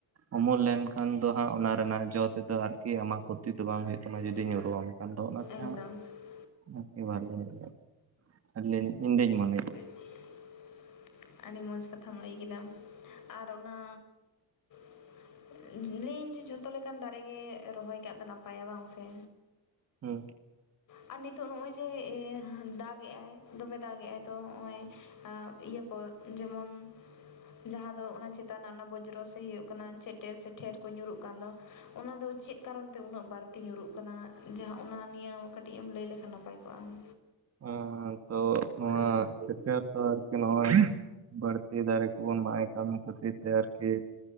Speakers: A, on the right; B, on the left.
A: ᱩᱢᱩᱞ ᱞᱮᱱᱠᱷᱟᱱ ᱫᱚ ᱦᱟᱸᱜ ᱚᱱᱟ ᱨᱮᱱᱟᱜ ᱡᱚ ᱛᱮᱫᱚ ᱟᱨᱠᱤ ᱟᱢᱟᱜ ᱠᱷᱩᱛᱤ ᱫᱚ ᱵᱟᱝ ᱦᱩᱭᱩᱜ ᱛᱟᱢᱟ ᱡᱩᱫᱤ
B: ᱮᱠᱫᱚᱢ ᱦᱮᱸ ᱦᱮᱸ ᱦᱳᱭ
A: ᱧᱩᱨᱩ ᱟᱢ ᱠᱷᱟᱱ ᱫᱚ ᱚᱱᱟᱛᱮ
B: ᱢᱚᱱᱮᱭᱟ
A: ᱦᱟᱸᱜ
B: ᱟᱹᱰᱤ ᱢᱚᱡᱽ
A: ᱟᱨᱠᱤ ᱵᱷᱟᱞᱮ ᱦᱩᱭᱩᱜ-ᱟ ᱟᱫᱚ ᱤᱧᱫᱩᱧ ᱢᱚᱱᱮᱭᱮᱫ᱾
B: <inaudible> ᱟᱹᱰᱤ ᱢᱚᱡᱽ ᱠᱟᱛᱷᱟᱢ ᱞᱟᱹᱭ ᱠᱮᱫᱟᱢ ᱟᱨ ᱚᱱᱟ <inaudible> ᱞᱟᱹᱭ ᱤᱧ ᱡᱮ ᱡᱷᱚᱛᱚ ᱞᱮᱠᱟᱱ ᱫᱟᱨᱮ ᱜᱮ ᱨᱚᱦᱚᱭ ᱠᱟᱜ ᱫᱚ ᱱᱟᱯᱟᱭᱟ ᱵᱟᱝ ᱥᱮ᱾
A: ᱦᱩᱸ ᱾
B: ᱟᱨ ᱱᱤᱛᱳᱜ ᱱᱚᱜ-ᱚᱭ ᱡᱮ ᱫᱟᱜ ᱮᱜ-ᱟᱭ ᱫᱚᱢᱮ ᱫᱟᱜ ᱮᱜ-ᱟᱭ, ᱛᱚ ᱱᱚᱜ-ᱚᱭ ᱟᱸ ᱤᱭᱟᱹ ᱠᱚ ᱡᱮᱢᱚᱱ ᱡᱟᱦᱟᱸ ᱫᱚ ᱚᱱᱟ ᱪᱮᱛᱟᱱ ᱨᱮᱱᱟᱜ ᱚᱱᱟ ᱵᱚᱡᱽᱨᱚ ᱥᱮ ᱦᱩᱭᱩᱜ ᱠᱟᱱᱟ ᱪᱮᱴᱮᱨ ᱥᱮ ᱴᱷᱮᱨ ᱠᱚ ᱧᱩᱨᱩᱜ ᱠᱟᱱ ᱫᱚ ᱚᱱᱟ ᱫᱚ ᱪᱮᱫ ᱠᱟᱨᱚᱱ ᱛᱮ ᱩᱱᱟᱹᱜ ᱵᱟᱹᱲᱛᱤ ᱧᱩᱨᱩᱜ ᱠᱟᱱᱟ? ᱡᱟᱦᱟᱸ ᱚᱱᱟ ᱱᱤᱭᱟᱹ ᱠᱟᱹᱴᱤᱡ ᱮᱢ ᱞᱟᱹᱭ ᱞᱮᱠᱷᱟᱱ ᱱᱟᱯᱟᱭ ᱠᱚᱜ-ᱟ ᱾
A: ᱦᱮᱸ ᱦᱮᱸ ᱛᱚ ᱱᱚᱣᱟ ᱪᱮᱠᱟ ᱛᱚ ᱟᱨᱠᱤ ᱱᱚᱜ-ᱚᱭ ᱵᱟᱹᱲᱛᱤ ᱫᱟᱨᱮ ᱠᱚ ᱵᱚᱱ ᱢᱟᱜ-ᱮᱜ ᱠᱟᱱ ᱠᱷᱟᱹᱛᱤᱨ ᱛᱮ ᱟᱨᱠᱤ